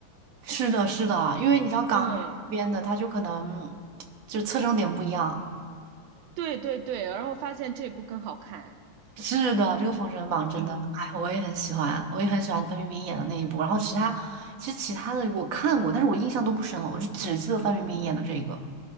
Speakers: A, on the right (about 65°); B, on the right (about 85°).
A: 是的，是的，因为你知道港台那边的，
B: 嗯。
A: 他就可能就侧重点不一样。
B: 对对对，然后发现这部更好看，
A: 是的，这个《封神榜》真的，
B: 嗯，
A: 哎，我也很喜欢，我也很喜欢范冰冰演的那一部。然后其他，其实其他的我看过，但是我印象都不深了，我就只记得范冰冰演的这个。